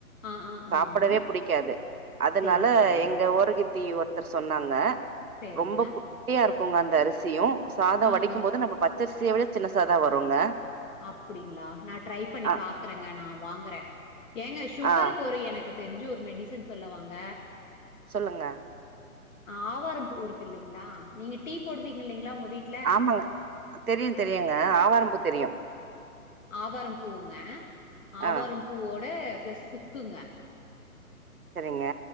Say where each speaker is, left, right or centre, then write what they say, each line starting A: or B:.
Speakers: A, on the left; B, on the right.
A: ஆ, ஆ,
B: சாப்டவே
A: ஆங்க.
B: புடிக்காது அதனால
A: சரி, சரிங்க.
B: எங்க ஓரகத் தி ஒருத்தர் சொன்னாங்க
A: சரிங்க.
B: ரொம்ப குட்டியா இருக்குங்க அந்த அரிசியும் சாதம்
A: ஆ,
B: வடிக்கும்
A: ஆ.
B: போது நம்ம பச்சரிசிய விட சின்னுசாதான் வருங்க
A: அப்படிங்களா நான் ட்ரை பண்ணி
B: ஆ
A: பாக்குறேங்க நான் வாங்குறேன் ஏங்க சுகரு
B: ஆ
A: கொறைய எனக்கு தெரிஞ்சு ஒரு மெடிசன் சொல்லவாங்க
B: சொல்லுங்க
A: ஆவாரம் பூ இருக்குகில்லைங்களா நீங்க டீ போடுவீங்கில்லைங்களா உங்க வீட்
B: ஆமாங்க தெரியு தெரியுங்க ஆவாரம்பூ தெரியு
A: ஆவாரம்பூ ங்க ஆவாரம்
B: ஆ
A: பூவோட பிளஸ் சுக்குங்க
B: செரிங்க